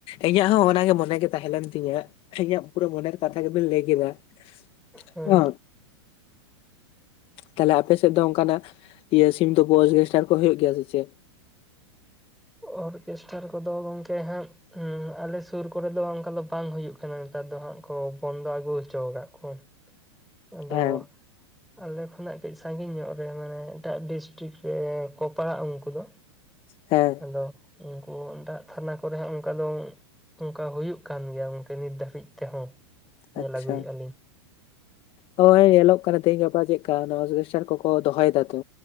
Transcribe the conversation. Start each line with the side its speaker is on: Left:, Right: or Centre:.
Left: ᱤᱧᱟᱹᱜ ᱦᱚᱸ ᱚᱱᱟᱜᱮ ᱢᱚᱱᱮ ᱜᱮ ᱛᱟᱦᱮᱸ ᱞᱮᱱ ᱛᱤᱧᱟ᱾ ᱤᱧᱟᱹᱜ ᱯᱩᱨᱟᱹ ᱢᱚᱱᱮᱨ ᱠᱟᱛᱷᱟ ᱜᱮᱵᱤᱱ ᱞᱟᱹᱭ ᱠᱮᱫᱟ ᱾ <unintelligible>
Centre: ᱦᱮᱸ
Left: ᱦᱚ ᱛᱟᱦᱞᱮ ᱟᱯᱮ ᱥᱮᱫ ᱫᱚ ᱚᱱᱠᱟᱱᱟᱜ, ᱤᱭᱟᱹ ᱥᱤᱢ ᱛᱩᱯᱩᱜ ᱚᱨᱜᱮᱥᱴᱟᱨ ᱠᱚ ᱦᱩᱭᱩᱜ ᱜᱮᱭᱟ ᱥᱮ ᱪᱮᱫ?
Centre: ᱚᱨᱠᱮᱥᱴᱨᱟᱨ ᱠᱚᱫᱚ ᱜᱚᱢᱠᱮ ᱦᱟᱸᱜ ᱦᱮᱸ ᱟᱞᱮ ᱥᱩᱨ ᱠᱚᱨᱮ ᱫᱚ ᱚᱱᱠᱟ ᱫᱚ ᱵᱟᱝ ᱦᱩᱭᱩᱜ ᱠᱟᱱᱟ ᱱᱮᱛᱟᱨ ᱫᱚ ᱦᱟᱸᱜ ᱠᱚ ᱵᱚᱱᱫᱚ ᱟᱹᱜᱩ ᱦᱚᱪᱚᱣᱟᱠᱟᱫ ᱠᱚᱣᱟ᱾
Left: <inaudible>
Centre: ᱟᱫᱚ,
Left: ᱦᱮᱸ
Centre: ᱟᱞᱮ ᱠᱷᱚᱱᱟᱜ ᱠᱟᱹᱡ ᱥᱟᱺᱜᱤᱧ ᱧᱚᱜ ᱨᱮ ᱢᱟᱱᱮ ᱮᱴᱟᱜ ᱰᱤᱥᱴᱤᱠ ᱨᱮᱠᱚ ᱯᱟᱲᱟᱜᱼᱟ ᱩᱱᱠᱩ ᱫᱚ,
Left: ᱦᱮᱸ,
Centre: ᱟᱫᱚ ᱩᱱᱠᱩ ᱮᱴᱟᱜ ᱛᱷᱟᱱᱟ ᱠᱚᱨᱮ ᱦᱚᱸ ᱚᱱᱠᱟ ᱫᱚᱪ ᱚᱱᱠᱟ ᱦᱩᱭᱩᱜ ᱠᱟᱱ ᱜᱮᱭᱟ ᱜᱚᱝᱠᱮ ᱱᱤᱛ ᱫᱷᱟᱹᱵᱤᱡ ᱛᱮᱦᱚᱸ᱾ ᱧᱮᱞ
Left: ᱟᱪᱪᱷᱟ,
Centre: ᱟᱹᱜᱩᱭᱮᱫᱼᱟ ᱞᱤᱧ
Left: ᱦᱚᱭ ᱮᱞᱚᱜ ᱠᱟᱱᱟ ᱛᱮᱦᱤᱧ ᱜᱟᱯᱟ ᱪᱮᱫ ᱞᱮᱠᱟ ᱚᱜᱮᱥᱴᱟᱨ ᱠᱚᱠᱚ ᱫᱚᱦᱚᱭ ᱫᱟ ᱛᱚ,